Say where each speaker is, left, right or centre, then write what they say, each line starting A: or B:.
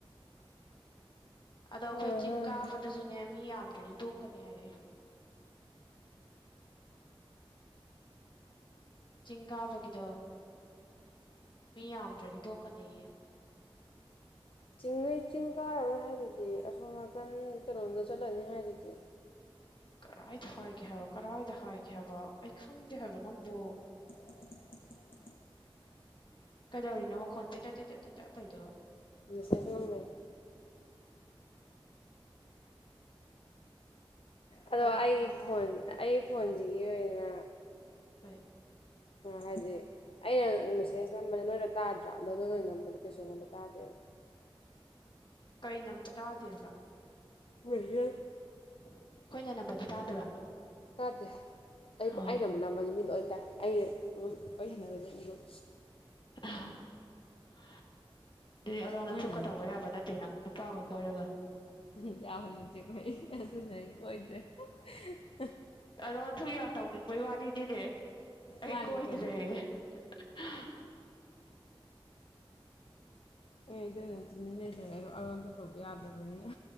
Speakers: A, on the left; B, on the left.
A: ꯑꯗꯣ ꯑꯩꯈꯣꯏ
B: ꯎꯝ
A: ꯆꯤꯡ ꯀꯥꯕꯗꯨꯁꯨꯅꯦ ꯃꯤ ꯌꯥꯝꯗ꯭ꯔꯗꯤ ꯇꯣꯛꯀꯅꯤ ꯍꯥꯏꯔꯛꯑꯦ ꯆꯤꯡ ꯀꯥꯕꯒꯤꯗꯣ ꯃꯤ ꯌꯥꯝꯗ꯭ꯔꯗꯤ ꯇꯣꯛꯀꯅꯦꯌꯦ
B: ꯆꯤꯡꯂꯩ ꯆꯤꯡ ꯀꯥꯔꯔꯣꯏ ꯍꯥꯏꯗꯨꯗꯤ ꯑꯁꯣꯝ ꯅꯥꯀꯟ ꯀꯩꯅꯣꯝꯗ ꯆꯠꯂꯅꯤ ꯍꯥꯏꯗꯨꯗꯤ
A: ꯀꯔꯥꯏꯗ ꯍꯥꯏꯒꯦ ꯍꯥꯏꯕ ꯀꯔꯥꯏꯗ ꯍꯥꯏꯒꯦ ꯍꯥꯏꯕ ꯑꯩ ꯈꯪꯗꯦ ꯍꯥꯏꯕ ꯅꯪꯕꯨ
B: <inaudible>
A: ꯀꯩꯗꯧꯔꯤꯅꯣ ꯈꯣꯟꯇꯤ ꯇꯠ ꯇꯤ ꯇꯠ ꯇꯤ ꯇꯩꯗꯣꯕꯣ
B: ꯃꯤꯁꯦꯁ ꯅꯝꯕꯩꯅꯦ ꯑꯗꯣ
A: ꯀꯅꯥ
B: ꯑꯩꯒꯤ
A: ꯀꯅꯥꯅꯣ
B: ꯐꯣꯟ ꯑꯩ ꯐꯣꯟꯁꯤꯒꯤ ꯑꯣꯏꯅ
A: ꯀꯩ
B: ꯍꯥꯏꯗꯤ ꯑꯩꯅ ꯃꯦꯁꯦꯖ ꯅꯝꯕꯔꯁ ꯅꯣꯏꯅ ꯇꯥꯗ꯭ꯔꯥ ꯑꯗꯣ ꯅꯣꯏꯅ ꯅꯝꯕꯗꯤ ꯀꯩꯁꯨ ꯑꯩꯉꯣꯟꯗ ꯇꯥꯗꯦꯕ
A: ꯀꯩ ꯅꯝꯕ ꯇꯥꯗꯦꯕ
B: ꯃꯦꯁꯦꯖ
A: ꯑꯩꯈꯣꯏꯅ ꯅꯝꯕꯗꯤ ꯇꯥꯗꯕ
B: ꯇꯥꯗꯦ ꯑꯩꯕꯨ
A: ꯑꯣ
B: ꯑꯩꯅ ꯅꯝꯕꯗꯤ ꯃꯤ ꯂꯣꯏ ꯇꯥꯏ ꯑꯩ ꯑꯗꯨꯝ ꯋꯥꯔꯤ ꯁꯥꯟꯅꯒ꯭ꯔꯗꯤ ꯑꯗꯨꯝ
A: <inaudible> <unintelligible> ꯑꯂꯣꯟ
B: ꯅꯣꯏꯅ
A: ꯑꯊꯨꯞꯀ ꯇꯧꯕ ꯌꯥꯕ ꯅꯠꯇꯦ ꯅꯪ ꯅꯨꯄꯥꯒ ꯀꯣꯏꯔꯒ
B: <unintelligible> ꯈꯣꯏ ꯑꯗꯨꯅ ꯑꯩ ꯀꯣꯏꯗ꯭ꯔꯦ <unintelligible>
A: ꯑꯗꯣ ꯊꯨꯛ ꯌꯥꯝ ꯇꯧꯅꯤꯡꯕꯩ ꯋꯥꯔꯤꯗꯤꯅꯦ ꯑꯩ
B: ꯃꯥꯅꯤ
A: ꯀꯣꯏꯗ꯭ꯔꯦ
B: ꯀꯩꯅꯣ
A: <unintelligible>
B: ꯑꯩ ꯑꯗꯨꯅ ꯇꯨꯃꯤꯟ꯭ ꯂꯩꯖꯔꯦ ꯑꯗꯣ ꯑꯔꯣꯟ ꯊꯨꯞ ꯇꯧꯕ ꯌꯥꯗ꯭ꯔꯕꯅꯤꯅ